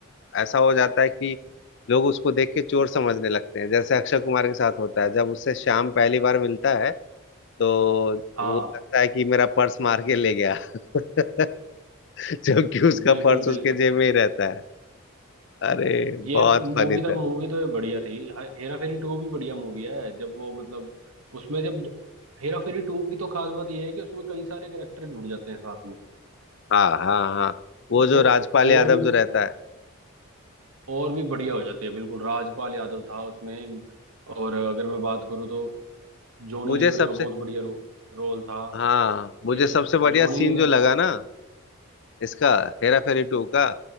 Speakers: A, on the left (about 55°); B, on the right (about 80°).
A: ऐसा हो जाता है कि लोग उसको देख के चोर समझने लगते हैं जैसे अक्षय कुमार के साथ होता है जब उससे श्याम पहली बार मिलता है तो
B: हाँ
A: वो लगता है कि मेरा पर्स मार के ले गया <laughs> जबकि उसका
B: बिल्कुल
A: पर्स उसके
B: बिल्कुल
A: जेब में ही रहता है अरे
B: ये
A: बहुत
B: मूवी
A: फनी था
B: तो मूवी तो ये बढ़िया थी हा- हेरा फेरी टू भी बढ़िया मूवी है जब वो मतलब उसमें जब दो- हेरा फेरी टू की तो खास बात ये है कि उसमें कई सारे करेक्टर जुड़ जाते हैं साथ में
A: हाँ हाँ हाँ वो जो
B: वो
A: राजपाल यादव
B: और भी
A: जो रहता है
B: और भी बढ़िया हो जाती है बिल्कुल राजपाल यादव था उसमें और अगर मैं बात करूँ तो जॉनी
A: मुझे
B: लीवर
A: सबसे
B: का बहुत बढ़िया रो, रोल था
A: हाँ मुझे
B: ठीक है
A: सबसे बढ़िया
B: जॉनी
A: सीन
B: लीवर
A: जो लगा
B: का तो
A: ना इसका हेरा फेरी टू का